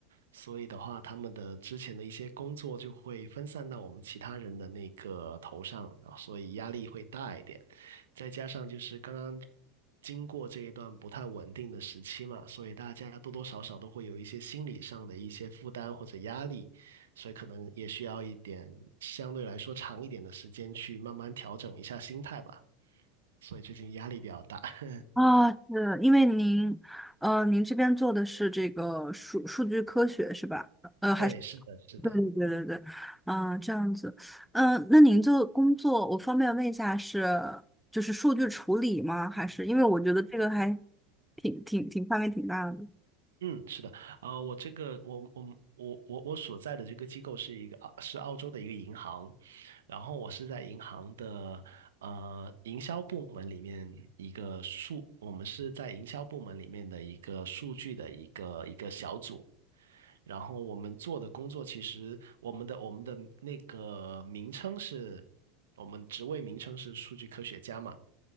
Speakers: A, on the right (about 70°); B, in the centre.
A: 所以的话，他们的之前的一些工作就会分散到我们其他人的那个头上，啊，所以压力会大一点。再加上就是刚刚经过这一段不太稳定的时期嘛，所以大家多多少少都会有一些心理上的一些负担或者压力，所以可能也需要一点相对来说长一点的时间去慢慢调整一下心态吧。所以最近压力比较大。<laughs>
B: 啊，是因为您，呃，您这边做的是这个数数据科学是吧？呃，还是
A: 对，是的，是的。
B: 对对对对对，啊，这样子，嗯、那您做工作，我方便问一下是就是数据处理吗？还是因为我觉得这个还挺挺挺范围挺大的，
A: 嗯，是的，啊、我这个我我我我我所在的这个机构是一个啊是澳洲的一个银行，然后我是在银行的呃营销部门里面一个数，我们是在营销部门里面的一个数据的一个一个小组，然后我们做的工作其实我们的我们的那个名称是。我们职位名称是数据科学家嘛，